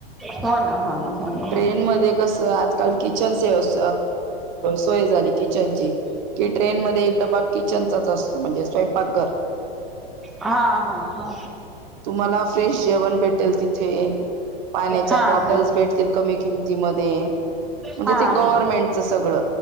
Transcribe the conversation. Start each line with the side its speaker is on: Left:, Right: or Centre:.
Centre: हो ना हो ना हो ना
Right: ट्रेन
Centre: हो ना
Right: मध्ये कस आजकाल किचन से अस सोय झाली किचनची. की ट्रेन मध्ये एक डबा किचनचाच असतो, म्हणजे स्वयंपाकघर
Centre: हा हा हा
Right: तुम्हाला फ्रेश जेवण भेट त्याल तिथे पाण्याच्या
Centre: हा
Right: बॉटल्स
Centre: हा
Right: भेटतील कमी किमती मदे म्हणजे
Centre: हा
Right: ते गव्हर्मेंटच
Centre: हा
Right: सगळ